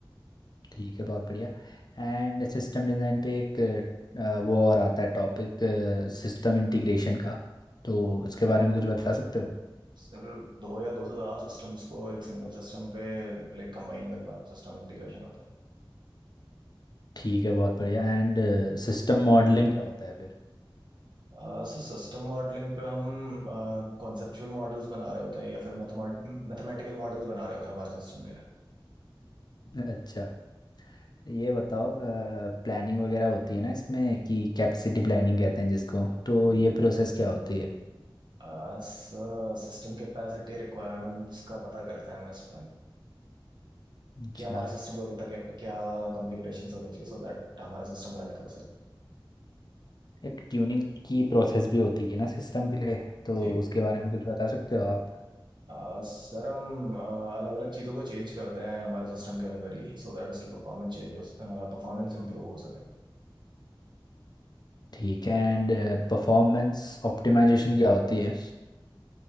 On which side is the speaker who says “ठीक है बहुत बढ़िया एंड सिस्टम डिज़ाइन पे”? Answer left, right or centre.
Left